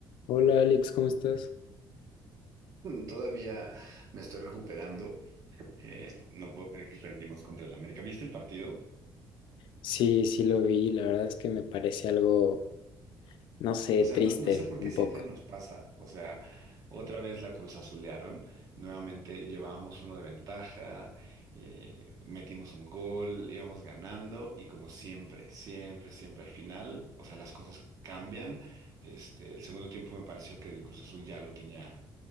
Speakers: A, on the left; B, on the right.
A: Hola Alex, ¿cómo estás?
B: <laughs> Todavía me estoy recuperando. Eh, no puedo creer que perdimos contra el América. ¿Viste el partido?
A: Sí, sí lo vi, la verdad es que me parece algo, no sé,
B: O sea,
A: triste
B: no, no sé por
A: un
B: qué siempre
A: poco.
B: nos pasa. O sea, otra vez la Cruz Azulearon. Nuevamente llevábamos uno de ventaja, eh, metimos un gol, íbamos ganando y como siempre, siempre, siempre al final, o sea, las cosas cambian. Este, el segundo tiempo me pareció que el Cruz Azul ya lo tenía